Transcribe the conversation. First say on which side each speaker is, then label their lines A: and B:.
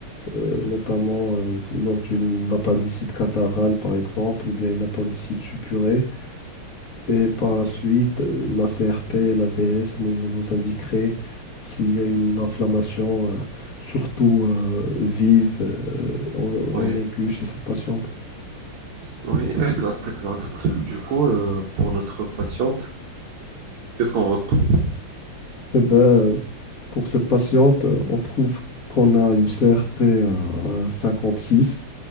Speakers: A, on the left (about 45°); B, on the right (about 80°).
A: euh, notamment euh, lors d'une appendicite catarrhale, par exemple, ou bien une appendicite suppurée. Et par la suite, euh, la CRP et la VS nous, nous indiqueraient s'il y a une inflammation, euh, surtout euh, vive, euh, en,
B: Oui,
A: en aiguë chez cette patiente.
B: Oui, exact, exact. Du coup, euh, pour notre patiente, qu'est-ce qu'on retrouve?
A: Eh ben, euh, pour cette patiente, euh, on trouve qu'on a une CRP à 56,